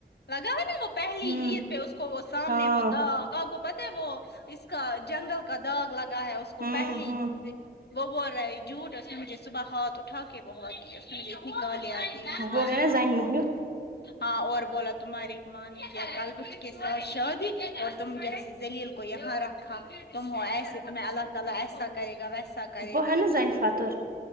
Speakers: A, on the left; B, on the right.
A: لگا ہے نا وہ پہلی
B: ہوں
A: عید پہ اس کو وہ سامنے
B: ہاں
A: وہ داغا پتہ ہے وہ اس کا جنگل کا داغ لگا ہے اس کو
B: ہوں
A: پہلے
B: ہوں
A: سے وہ بول رہا ہے جھوٹ اس نے مجھے صبح ہاتھ اٹھا کے بولا کی اس نے مجھے اتنی گالی دی صبح
B: بو ہے
A: صبح
B: نا جائن موہنیو
A: ہاں اور بولا تمہاریے ماں نے کیا کلبٹ کے ساتھ شادی اور تم جیسی زلیل کو یہاں رکھا تم ہو ایسے تمہیں اللہ تعالی ایسا کرے گا ویسا کرے
B: وہ
A: گا
B: ہے نا زین فاتر